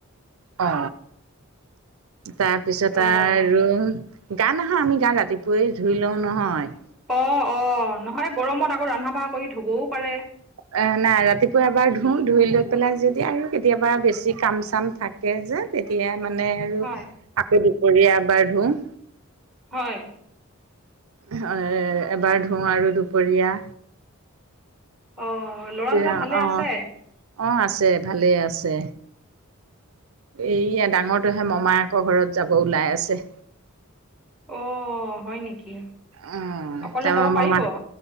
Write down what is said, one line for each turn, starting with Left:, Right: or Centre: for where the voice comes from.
Right: অ তাৰপিছত
Centre: অ'
Right: আৰু গা নহয় আমি গা ৰাতিপুৱাই ধুই লওঁ নহয়।
Centre: অ অ নহয় গৰমত আকৌ ৰন্ধা বঢ়া কৰি ধুবও পাৰে।
Right: এ নাই ৰাতিপুৱা এবাৰ ধুও ধুই লৈ পেলাই যদি আৰু কেতিয়াবা বেছি কাম চাম থাক কে যে তেতিয়া মানে আৰু
Centre: হয়
Right: আকৌ দুপৰীয়া এবাৰ ধুম।
Centre: হয়।
Right: হয় এ এবাৰ ধোওঁ আৰু দুপৰীয়া।
Centre: অঁ ল'ৰা দুটা
Right: ৰা
Centre: ভালে
Right: অ
Centre: আছে
Right: অ আছে ভালেই আছে। এইয়া ডাঙৰটোহে মামায়েকৰ ঘৰত যাব ওলাই আছে।
Centre: অ হয় নেকি?
Right: অ
Centre: অকলে
Right: তাৰপৰা
Centre: যাব পাৰিব
Right: মমাই